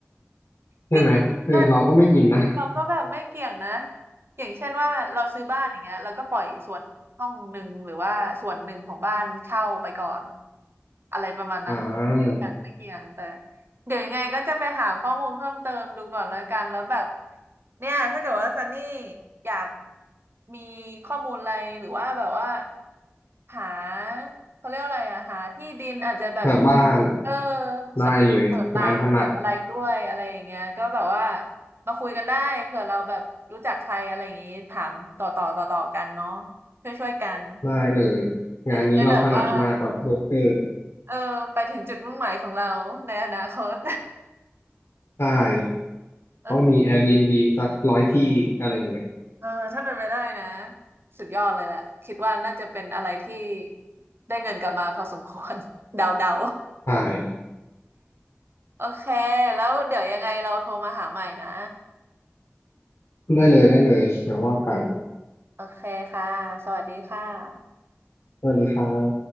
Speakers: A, on the left; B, on the right.
A: ใช่ไหมเออเราก็ไม่อินนะ
B: ที่เออที่เราก็แบบไม่เกี่ยงนะเกี่ยงเช่นว่าเราซื้อบ้านอย่างเงี้ยแล้วก็ปล่อยส่วนห้องหนึ่งหรือว่าส่วนหนึ่งของบ้านเช่าไปก่อนอะไรประมาณนั้นไม่เกี่ยงไม่เกี่ยงแต่
A: อ่า
B: เดี๋ยวยังไงก็จะไปหาข้อมูลเพิ่มเติมดูก่อนแล้วกันแล้วแบบเนี่ยถ้าเกิดว่าซันนี่อยากมีข้อมูลอะไรหรือว่าแบบว่า หาเขาเรียกว่าอะไรอะหาที่ดินอาจจะแบบ
A: หาบ้าน
B: เออ
A: ได้เลยงานถนัด
B: สำรวจเปิดร้านเปิดอะไรด้วยอะไรอย่างเงี้ยก็แบบว่ามาคุยกันได้เผื่อเราแบบรู้จักใครอะไรอย่างงี้ถามต่อต่อต่อต่อกันเนาะช่วยช่วยกัน
A: ได้เลย
B: เร่จะได้แบบว่า
A: งานนี้เราถนัดมากแบบโบรกเกอร์
B: เออไปถึงจุดมุ่งหมายของเราในอนาคต
A: ใช่
B: <laughs> เออ
A: ต้องมี Airbnb สักร้อยที่อะไรเงี้ย
B: เออถ้าเป็นไปได้นะสุดยอดเลยแหละคิดว่าน่าจะเป็นอะไรที่ได้เงินกลับมาพอสมควร <laughs> เดาเดา
A: ใช่
B: โอเค แล้วเดี๋ยวยังไงเราโทรมาหาใหม่นะ
A: ได้เลยได้เลยเดี๋ยวว่ากัน
B: โอเคค่ะ สวัสดีค่ะ
A: สวัสดีครับ